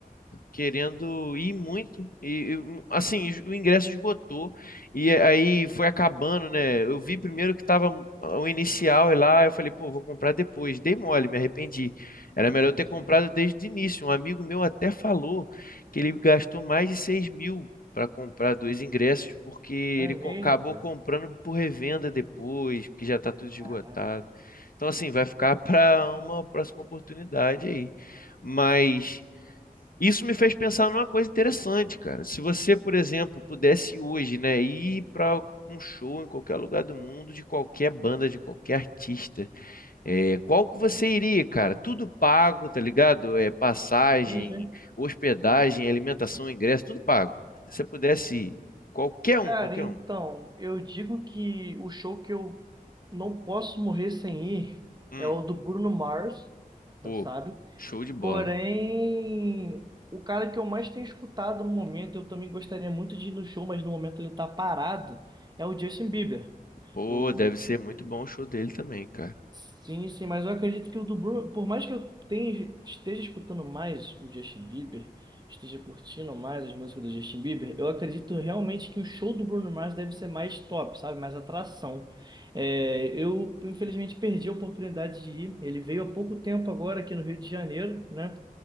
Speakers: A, on the left; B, on the right.
A: querendo ir muito e e, hum, assim, es- o ingresso esgotou e aí foi acabando, né? Eu vi primeiro que tava ah, o inicial e lá, eu falei, pô, vou comprar depois. Dei mole, me arrependi. Era melhor eu ter
B: Sim.
A: comprado desde o início. Um amigo meu até falou que ele gastou mais de 6 mil para comprar dois ingressos porque ele
B: É mesmo,
A: co- acabou
B: cara?
A: comprando por revenda depois, porque já tá tudo esgotado.
B: Caraca.
A: Então, assim, vai ficar para uma próxima oportunidade aí. Mas isso me fez pensar numa coisa interessante, cara. Se você, por exemplo, pudesse hoje, né, ir para um show em qualquer lugar do mundo, de qualquer banda, de qualquer artista, é, qual que você iria, cara? Tudo pago, tá ligado? É, passagem,
B: Sim, sim.
A: hospedagem, alimentação, ingresso, tudo pago. Se você pudesse ir, qualquer um,
B: Cara,
A: qualquer
B: então,
A: um.
B: eu digo que o show que eu não posso morrer sem ir
A: Hum,
B: é o do Bruno Mars,
A: pô,
B: tá- sabe?
A: show de bola.
B: Porém, o cara que eu mais tenho escutado no momento, eu também gostaria muito de ir no show, mas no momento ele tá parado, é o Justin Bieber.
A: Pô,
B: O...
A: deve ser muito bom o show dele também, cara.
B: Sim, sim, mas eu acredito que o do Bruno, por mais que eu tenha, esteja escutando mais o Justin Bieber, esteja curtindo mais as músicas do Justin Bieber, eu acredito realmente que o show do Bruno Mars deve ser mais top, sabe? Mais atração. É, eu, infelizmente, perdi a oportunidade de ir. Ele veio há pouco tempo agora aqui no Rio de Janeiro, né?